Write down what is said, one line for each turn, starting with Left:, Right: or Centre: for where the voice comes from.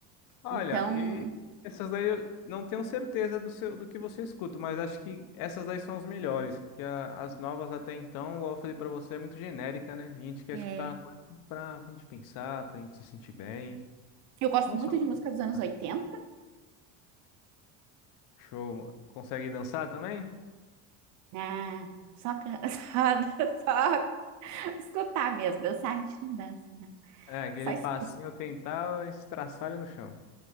Left: Olha,
Right: Então,
Left: e essas daí eu não tenho certeza do seu, do que você escuta, mas acho que essas daí são as melhores, porque a- as novas até então, igual eu falei pra você, é muito genérica, né? A gente quer
Right: é,
Left: escutar uma coisa pra, pra gente pensar, pra gente se sentir bem.
Right: eu gosto
Left: Não
Right: muito
Left: só pra
Right: de músicas
Left: escutar.
Right: dos anos oitenta
Left: Show, mano. Consegue dançar também?
Right: né? Só, can- <laughs> só, escutar mesmo. Dançar a gente não dança, não.
Left: É, aquele
Right: Só escuta.
Left: passinho tentar estraçalho no chão.